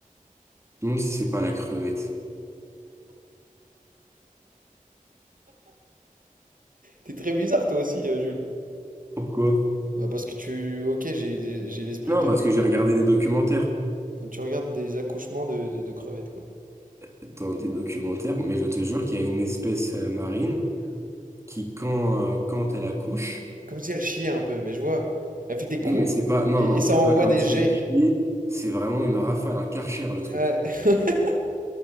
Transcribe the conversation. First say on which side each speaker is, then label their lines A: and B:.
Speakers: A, on the right (about 20°); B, on the right (about 70°).
A: Je me demande si c'est pas la crevette.
B: T'es très bizarre, toi aussi, euh, Jules.
A: Pourquoi?
B: Bah, parce que tu. Ok, j'ai j'ai l'esprit
A: Non,
B: tordu.
A: parce que j'ai regardé des documentaires.
B: Tu regardes des accouchements de, de, de crevettes, quoi.
A: Dans des documentaires, mais je te jure qu'il y a une espèce euh, marine qui, quand, euh, quand elle accouche...
B: Comme si elle chiait un peu, mais je vois. Elle fait des coups
A: Non, mais c'est pas... Non,
B: et,
A: non,
B: et ça
A: c'est
B: envoie
A: pas comme
B: des
A: si
B: jets.
A: elle chiait. C'est vraiment une rafale, un karcher, le truc.
B: Ouais. <laughs>